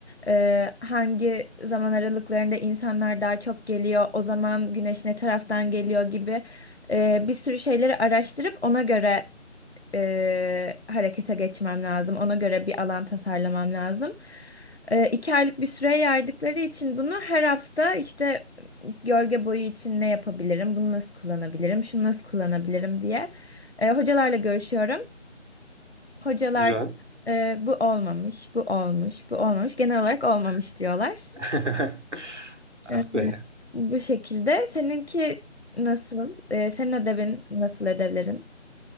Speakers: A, on the left (about 60°); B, on the right (about 70°).
A: e, hangi zaman aralıklarında insanlar daha çok geliyor, o zaman güneş ne taraftan geliyor gibi e, bir sürü şeyleri araştırıp ona göre e, harekete geçmem lazım. Ona göre bir alan tasarlamam lazım. E, iki aylık bir süre yaydıkları için bunu her hafta işte gölge boyu için ne yapabilirim, bunu nasıl kullanabilirim, şunu nasıl kullanabilirim diye e, hocalarla görüşüyorum. Hocalar
B: Güzel.
A: e, bu olmamış, bu olmuş, bu olmamış. Genel olarak olmamış diyorlar.
B: <laughs>
A: E,
B: Ah be.
A: bu şekilde. Seninki nasıl? E, senin ödevin nasıl ödevlerin?